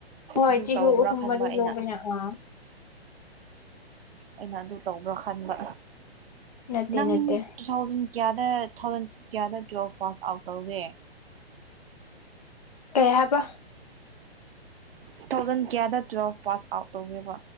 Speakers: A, on the left; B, on the right.
A: ꯍꯣꯏ
B: ꯑꯗꯨ
A: ꯆꯍꯨ
B: ꯇꯧꯕ꯭ꯔꯥ
A: ꯑꯍꯨꯝ
B: ꯈꯟꯕ
A: ꯃꯔꯤ
B: ꯑꯩꯅ
A: ꯂꯧꯕꯅꯦ ꯑꯥ
B: ꯑꯩꯅ ꯑꯗꯨ ꯇꯧꯕ꯭ꯔꯥ ꯈꯟꯕ
A: ꯅꯠꯇꯦ
B: ꯅꯪ
A: ꯅꯠꯇꯦ
B: ꯇꯨ ꯊꯥꯎꯖꯟ ꯀꯌꯥꯗ ꯇꯨ ꯊꯥꯎꯖꯟ ꯀꯌꯥꯗ ꯇꯨꯌꯦꯦꯜꯐ ꯄꯥꯁ ꯑꯥꯎꯠ ꯇꯧꯒꯦ
A: ꯀꯩ ꯍꯥꯏꯕ
B: ꯨ ꯊꯥꯎꯖꯟ ꯀꯌꯥꯗ ꯇꯨꯋꯦꯜꯐ ꯄꯥꯁ ꯑꯥꯎꯠ ꯇꯧꯒꯦꯕ